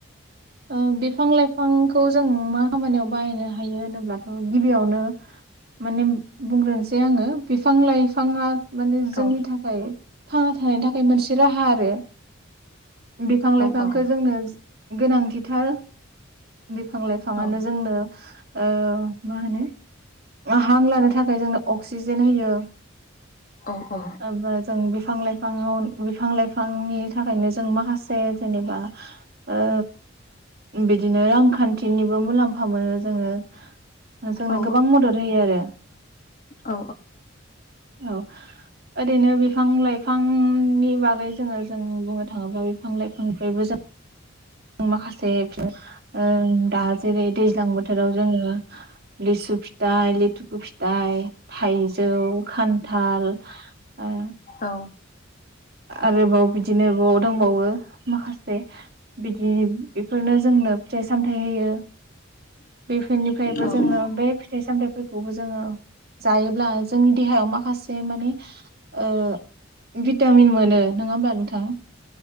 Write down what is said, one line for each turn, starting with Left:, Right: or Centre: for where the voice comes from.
Right: ओ बिफां लाइफांखौ जों मा खामानियाव बाहायनो हायो होनोब्लाथ' गिबियावनो माने बुंग्रोनोसै आङो बिफां लाइफाङा माने जोंनि
Left: औ
Right: थाखाय थांना थानायनि थाखाय मोनसे राहा आरो। बिफां लाइफांखौ
Left: औ
Right: जोंनो गोनां बिथाल बिफां लाइफाङानो
Left: औ
Right: जोंनो ओ मा होनो हां लानो थाखाय जोंनो अक्सिजेन होयो।
Left: औ औ
Right: एबा जों बे बिफां लाइफांआव बिफां लाइफांनि थाखायनो जों माखासे जेनेबा ओ बिदिनो रांखान्थिनिबो मुलाम्फा फा मोनो जोङो जोंनो
Left: औ
Right: गोबां मदद होयो आरो।
Left: औ
Right: औ ओरैनो बिफां लाइफांनि बागै जोङो जों बुंनो थाङोब्ला बिफां लाइफांनिफ्रायबो जों माखासे ओं दाज जेरै दैज्लां बोथोराव जोङो लिसु फिथाइ, लेथुखु फिथाइ, थाइजौ खान्थाल ओ
Left: औ
Right: आरोबाव बिदिनो बुहुद दंबावो माखासे बिदि बेफोरनो जोंनो फिथाइ सामथाइ होयो। बेफोरनिफ्रायबो
Left: औ
Right: जोङो बे फिथाइ सामथाइ फोरखौबो जोङो जायोब्ला जोंनि देहायाव माखासे माने ओ भिट टामिन मोनो नङा होमबा नोंथां?